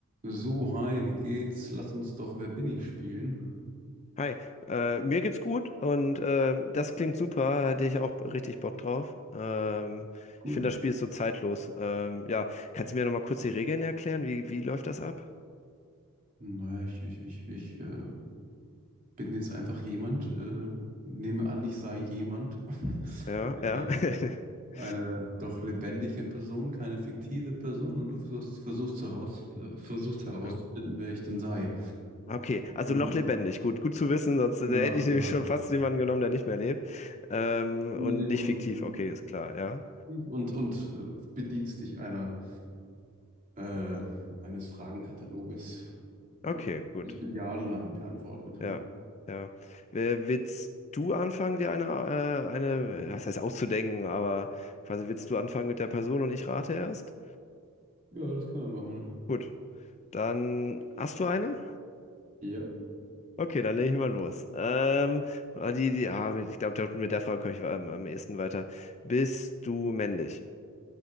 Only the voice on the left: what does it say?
Hi, äh, mir geht's gut und ähm, das klingt super, hätte ich auch richtig Bock drauf. Ähm,
ich finde, das Spiel ist so zeitlos. Ähm, ja, kannst du mir nochmal kurz die Regeln erklären? Wie, wie läuft das ab?
Ja,
ja. <laughs>
Ja.
Okay, also
noch lebendig. Gut, gut zu wissen, sonst äh,
hätte ich nämlich
schon fast jemanden genommen, der nicht mehr lebt. Ähm,
und nicht fiktiv,
okay, ist klar, ja.
Okay, gut.
Ja, ja. Wer- Willst du anfangen, dir eine, äh, eine, was heißt auszudenken, aber quasi willst du anfangen mit der Person und ich rate erst?
Gut, dann hast du eine?
Okay, dann lege ich mal los. Ähm, ah, die, die, ah, ich glaube, mit der Frage komme ich am, am ehesten weiter. Bist du männlich?